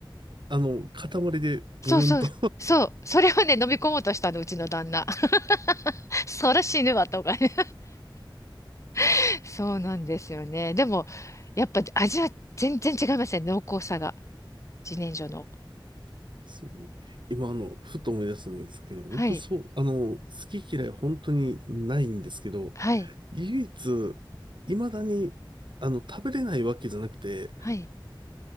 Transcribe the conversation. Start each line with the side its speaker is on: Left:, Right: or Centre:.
Right: あの、塊でブルンと
Left: そうそう、そう。それをね、飲み込もうとしたの、うちの旦那。<laughs> そら死ぬわ、とかね。<laughs> そうなんですよね。でも、やっぱ味は全然違いますね、濃厚さが。自然薯の。
Right: <laughs> ですね。今、あの、ふと思い出したんですけど、僕、
Left: はい、
Right: そう、あの、好き嫌い本当にないんですけど、
Left: はい、
Right: 唯一、未だに、あの、食べれないわけじゃなくて、
Left: はい。